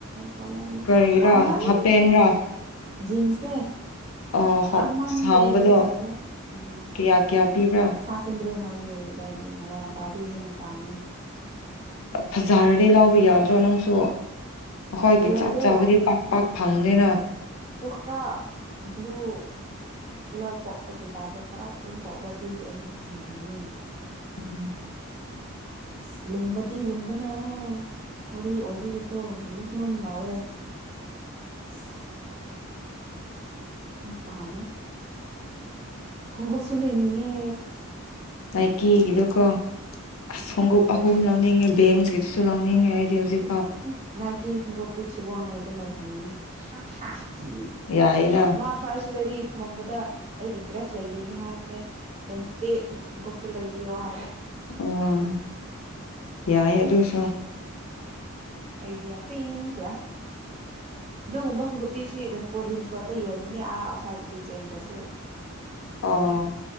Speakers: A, on the right; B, on the left.
A: ꯄꯥꯝꯄꯨꯕꯅ
B: ꯀꯔꯤꯔꯥ
A: ꯇꯥꯡ ꯃꯟ
B: ꯍꯥꯄꯦꯟꯔꯥ
A: ꯖꯤꯟꯁꯅꯦ
B: ꯑ
A: ꯇꯥꯡ ꯃꯟꯥꯟꯕꯒꯤ
B: ꯍꯥꯡꯕꯗꯣ
A: ꯂꯧꯗꯕꯅꯦ ꯎꯝ
B: ꯀꯌꯥ ꯀꯌꯥ ꯄꯤꯕ꯭ꯔꯥ
A: ꯐꯥꯏꯚ ꯍꯟꯗ꯭ꯔꯦꯠ ꯊꯥꯌꯦ ꯑꯗꯥꯏ ꯑꯗꯒꯤ ꯅꯥꯒꯥꯝꯄꯥꯜꯗꯒꯤ ꯍꯦꯟꯅ ꯇꯥꯡꯉꯦ
B: ꯐꯖꯔꯗꯤ ꯂꯥꯎꯕ ꯌꯥꯎꯗ꯭ꯔꯣ ꯅꯪꯁꯨ ꯑꯍꯣꯏꯒꯤ
A: ꯀꯂꯔꯗꯣ
B: ꯆꯥꯛ ꯆꯥꯕꯗꯤ ꯄꯥꯛ ꯄꯥꯛ ꯐꯪꯗꯦꯅ
A: ꯐ꯭ꯔꯥ ꯕ꯭ꯂꯨ ꯀꯂꯔ ꯀꯣꯛꯄꯒꯤ ꯇꯥꯏꯞꯇ ꯈꯔ ꯑꯗꯨꯝ ꯇꯧꯕꯗꯨꯒꯤ ꯑꯩ ꯑꯃꯨꯛ ꯊꯝꯕꯤꯕꯅꯦ
B: ꯎꯝ
A: ꯁ ꯂꯨꯝꯕꯗꯤ ꯂꯨꯝꯕꯅ ꯃꫭꯔꯦ ꯑꯣꯏꯕꯤꯒꯤꯀꯣ ꯂꯨꯝ ꯂꯨꯝ ꯂꯥꯎꯋꯦ ꯁ ꯌꯥꯝ ꯄꯥꯝꯃꯦ ꯈꯣꯡꯒꯨꯞꯁꯨ ꯂꯩꯅꯤꯡꯉꯦ
B: ꯑꯩ ꯀꯤꯒꯤꯗꯨꯀꯣ
A: ꯎꯝ
B: ꯑꯁ ꯈꫭꯡꯒꯨꯞ ꯑꯍꯨꯝ ꯂꯧꯅꯤꯡꯉꯦ ꯗꯤ ꯑꯦꯝꯖꯤ ꯗꯨꯁꯨ ꯂꯧꯅꯤꯡꯉꯦ ꯑꯩꯗꯤ ꯍꯧꯖꯤꯛꯐꯥꯎ
A: ꯑꯗꯨꯅꯤ ꯍꯍ ꯎꯪ ꯅꯥꯏꯀꯤ ꯈꯪꯒꯨꯞꯇꯤ ꯊꯤꯒꯣꯡꯔꯩꯗ ꯂꯩꯍꯟꯒꯅꯤ ꯍꯥ ꯍꯥ ꯎꯝꯝ
B: ꯌꯥꯏꯌꯦꯅ
A: ꯃꯥ ꯐꯥꯔꯁ ꯁꯦꯂꯔꯤ ꯐꯪꯕꯗ ꯑꯩꯒꯤ ꯗ꯭ꯔꯦꯁ ꯂꯩꯕꯤꯅꯤ ꯍꯥꯏꯕꯅꯦ ꯑꯦꯝꯁꯇꯦ ꯊ ꯒꯣꯞꯇ ꯂꯩ ꯕꯤꯔꯣ ꯍꯥꯏꯕ
B: ꯎꯝꯝ ꯌꯥꯏ ꯑꯗꯨꯁꯨ
A: ꯑꯩꯗꯤ ꯌꯥ ꯇꯤꯡ ꯇꯤꯌꯥ ꯑꯗꯨꯒꯨꯝꯕ ꯈꯣꯡꯒꯨꯞꯇꯤ ꯁꯤ ꯃꯅꯤꯄꯨꯔ ꯔꯤꯝꯁ ꯔꯣꯗꯠꯇ ꯌꯣꯟꯕꯅꯤ ꯑꯥ ꯑꯥꯎꯠꯁꯥꯏꯗ ꯒꯤ ꯆꯦꯟꯗ꯭ꯔꯁꯨ ꯑꯗꯨꯒꯤ
B: ꯑꯣ